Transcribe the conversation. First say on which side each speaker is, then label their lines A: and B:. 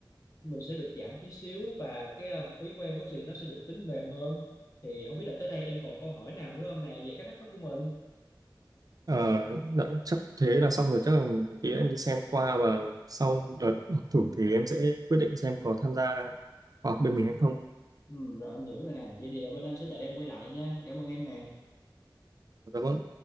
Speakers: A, on the left; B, on the right.
A: mình sẽ được giảm tí xíu và cái ờ, học phí của em đó thì nó sẽ được tính mềm hơn thì không biết là tới đây em còn câu hỏi nào nữa không nè về cái thắc mắc của mình
B: Ờ, dạ, chắc thế là xong rồi. Chắc là một tí em đi xem qua và sau đợt học thử thì em sẽ quyết định xem có tham gia khóa học bên mình hay không.
A: ừ, rồi anh hiểu rồi nè vậy thì ở bên anh sẽ đợi em quay lại nha cảm ơn em nè
B: Dạ vâng.